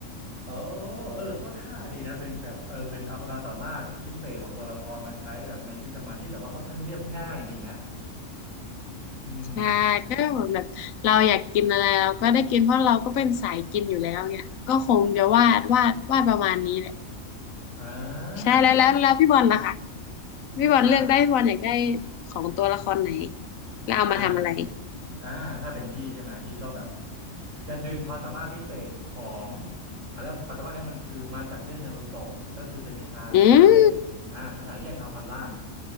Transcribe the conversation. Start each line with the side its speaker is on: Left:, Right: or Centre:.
Right: โอ้เออเข้าท่าดีนะเป็นแบบเออเป็นเอาความสามารถพิเศษของตัวละครมาใช้แบบในชีวิตประจำวันที่แบบว่าค่อนข้างเรียบง่ายดีนะอืม
Left: ใช่ก็แบบเราอยากกินอะไรเราก็ได้กินเพราะเราก็เป็นสายกินอยู่แล้วเนี่ยก็คงจะวาดวาดวาดประมาณนี้แหละ
Right: อ่า
Left: ใช่แล้วแล้วแล้วพี่บอลล่ะคะ
Right: เออ
Left: พี่บอลเลือกได้พี่บอลอยากได้
Right: อ่า
Left: ของตัวละครไหนแล้วเอามาทำอะไร
Right: อ่าอ่าถ้าเป็นพี่ใช่ไหมพี่ก็แบบจะดึงความสามารถพิเศษของเขาเรียกว่าความสามารถเนี้มันคือมาจากเรื่องนารูโตะก็คือเป็นวิชาคาถาแยกอ่าคาถาแยกเงาพันล่าง
Left: อืม